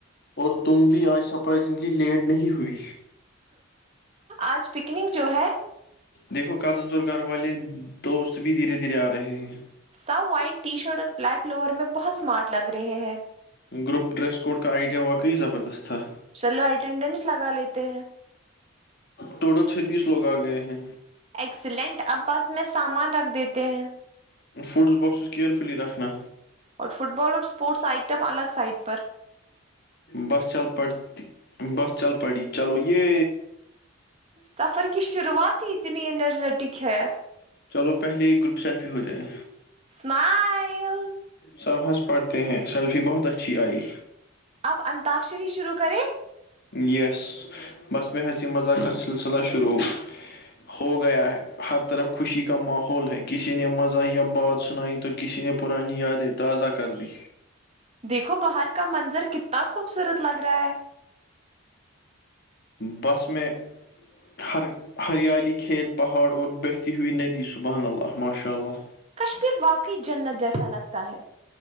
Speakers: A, on the left; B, on the right.
A: اور تم بھی آج سرپرائزنگلی لیٹ نہیں ہوئی
B: آج پکنک جو ہے
A: دیکھو کازن چور گھر والے دوست بھی دھیرے دھیرے آ رہے ہیں
B: سب وائٹ ٹی شرٹ اور بلیک لوور میں بہت اسمارٹ لگ رہے ہیں
A: گروپ ڈریس کوڈ کا آئیڈیا واقعی زبردست تھا
B: چلو اٹینڈنس لگا لیتے ہیں
A: ٹوٹل چھتییس لوگ آ گئے ہیں
B: ایکسلینٹ اب بس میں سامان رکھ دیتے ہیں
A: فوڈس باکسز کیئرفلی رکھنا
B: اور فٹ بال اور اسپورٹس آئٹم الگ سائٹ پر
A: بس چل پڑ بس چل پڑ چلو یہ
B: سفر کی شروعات ہی اتنی اینرجیٹک ہے
A: چلو پہلے گروپ سیلفی ہو جائے
B: اسمائل
A: سب ہنس پڑھتے ہیں سیلفی بہت اچھی آئی
B: اب ا انتاکشری شروع کریں
A: یس بس میں حسی مذاقس کا سلسلہ شروع ہو گیا ہے ہر طرف خوشی کا ماحول ہے کسی نے مزہ یا بات سنائی تو کسی نے پرانی یادیں تازہ کر دیں
B: دیکھو باہر کا منظر کتنا خوبصورت لگ رہا ہے
A: بس میں ہر ہریالی کھیت پہاڑ اور بہتی ہوئی ندی سبحان اللہ ماشاء اللہ
B: کشمیر واقع جنت جیسا لگتا ہے